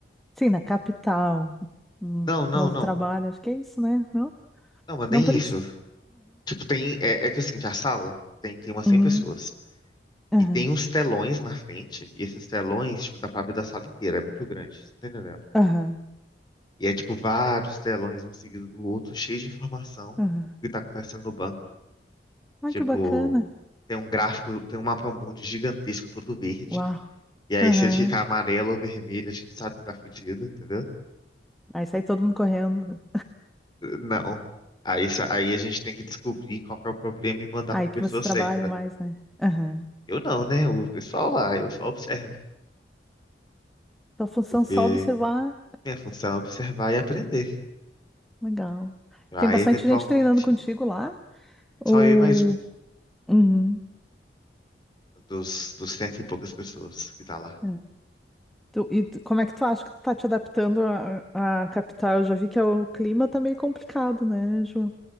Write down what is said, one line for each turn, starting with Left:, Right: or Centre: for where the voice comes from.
Centre: Sim, na capital. Um
Left: Não, não,
Centre: novo
Left: não.
Centre: trabalho, acho que é isso, né? Não?
Left: Não, mas nem
Centre: Não por
Left: isso.
Centre: isso?
Left: Tipo, tem. É, é que é o seguinte a sala tem, tem umas
Centre: Uhum.
Left: 100 pessoas.
Centre: Aham.
Left: E tem uns telões na frente. E esses telões, tipo, dá pra ver da sala inteira. É muito grande. Você tá entendendo?
Centre: Aham.
Left: E é, tipo, vários telões, um seguido do outro, cheio de informação
Centre: Aham.
Left: do que tá acontecendo no banco.
Centre: Ai,
Left: Tipo,
Centre: que bacana.
Left: tem um gráfico, tem um mapa mundi gigantesco, todo verde.
Centre: Uau.
Left: E aí,
Centre: Aham.
Left: se ele ficar amarelo ou vermelho, a gente sabe que tá fudido, entendeu?
Centre: Aí sai todo mundo correndo.
Left: Não. Aí, sa- aí a gente tem que descobrir qual que é o problema e mandar
Centre: Aí
Left: para a
Centre: que
Left: pessoa
Centre: vocês trabalham
Left: certa.
Centre: mais, né? Aham.
Left: Eu não, né? O pessoal lá, eu só observo.
Centre: Tua função
Left: Porque
Centre: é só observar.
Left: minha função é observar e aprender.
Centre: Legal.
Left: Para
Centre: Tem bastante
Left: eventualmente,
Centre: gente treinando contigo lá? Ou...
Left: só eu e mais um
Centre: Uhum.
Left: dos, dos cento e poucas pessoas que tá lá.
Centre: É. Tu- e tu- como é que tu acha que tu tá te adaptando à, à capital? Eu já vi que é o clima tá meio complicado, né, Ju?